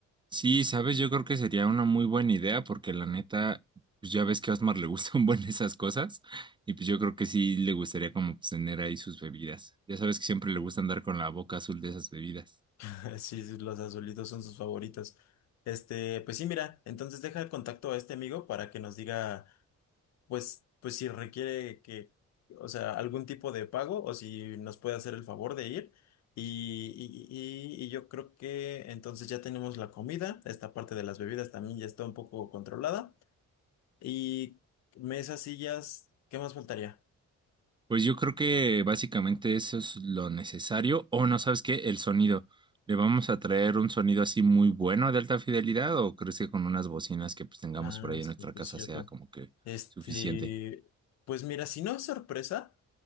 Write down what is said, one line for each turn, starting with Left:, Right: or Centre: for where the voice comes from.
Right: Sí, sabes, yo creo que sería una muy buena idea porque la neta, pues ya ves que a Osmar le gustan <laughs> buen esas cosas y pues yo creo que sí le gustaría como pues, tener ahí sus bebidas. Ya sabes que siempre le gusta andar con la boca azul de esas bebidas.
Left: <laughs> Sí, sí, los azulitos son sus favoritos. Este, pues sí, mira, entonces deja el contacto a este amigo para que nos diga, pues, pues si requiere que, o sea, algún tipo de pago o si nos puede hacer el favor de ir. Y, y, y- y yo creo que entonces ya tenemos la comida, esta parte de las bebidas también ya está un poco controlada. Y mesas, sillas, ¿qué más faltaría?
Right: Pues yo creo que básicamente eso es lo necesario o no, ¿sabes qué? El sonido. ¿Le vamos a traer un sonido así muy bueno de alta fidelidad o crees que con unas bocinas que pues tengamos
Left: Ah,
Right: por ahí
Left: sí,
Right: en nuestra casa
Left: es cierto.
Right: sea como que
Left: Este,
Right: suficiente?
Left: pues mira, si no es sorpresa,